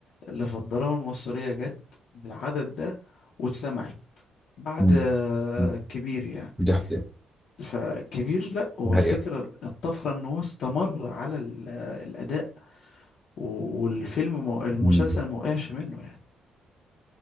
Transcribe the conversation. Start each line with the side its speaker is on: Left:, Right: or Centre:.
Left: اللي في الدراما المصريه جت بالعدد ده واتسمعت بعد
Centre: مم.
Left: آه،
Centre: مم.
Left: كبير يعني
Centre: دي حقيقة
Left: فكبير لا هو
Centre: دي حقيقة
Left: فكرة الطفرة ان هو استمر على ال- الاداء و- والفيلم مو... المسلسل
Centre: مم.
Left: ما وقعش منه يعني